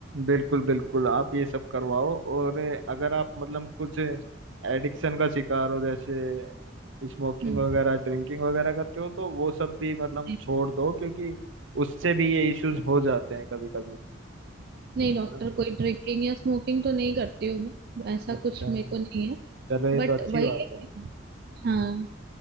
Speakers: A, on the right; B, on the right.
A: बिल्कुल बिल्कुल आप ये सब करवाओ और अगर आप मतलब कुछ एडिक्शन का शिकार हो जैसे स्मोकिंग
B: हम्म
A: वगैरह ड्रिंकिंग वगैरह करते हो तो वो सब भी मतलब
B: नहीं
A: छोड़ दो क्योंकि उससे भी ये इश्यूज हो जाते हैं कभी कभी
B: नहीं डॉक्टर
A: है ना
B: कोई ड्रिंकिंग या स्मोकिंग तो नहीं करती हूँ मैं ऐसा
A: अच्छा
B: कुछ मेरे को नहीं है
A: चलो ये
B: बट
A: तो अच्छी
B: वही
A: बात
B: है
A: है
B: कि हाँ